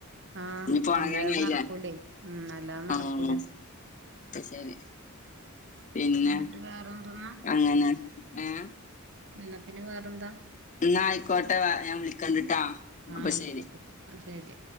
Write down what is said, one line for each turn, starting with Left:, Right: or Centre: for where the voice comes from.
Right: ആഹ്
Left: ഇനിയിപ്പോ ഉറങ്ങാനായില്ലേ
Right: അല്ലാതെ നടക്കൂലേ ഉം അല്ലാതെ നടക്കൂല
Left: ആഹ് അത് ശരി പിന്നെ
Right: എന്നിട്ട് വേറെന്തെന്നാ
Left: അങ്ങനെ ഏഹ്
Right: ഇന്നാ പിന്നെ വേറെന്താ
Left: ഇന്നാ ആയിക്കോട്ടെ ഞാൻ വിളിക്കണ്ടിട്ടാ അപ്പൊ
Right: ആയിക്കോട്ടെ
Left: ശരി
Right: ആഹ് ശരി